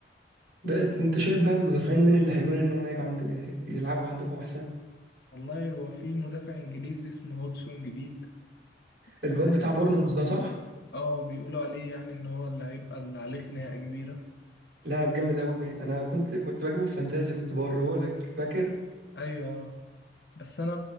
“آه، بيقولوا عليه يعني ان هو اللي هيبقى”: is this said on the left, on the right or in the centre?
Left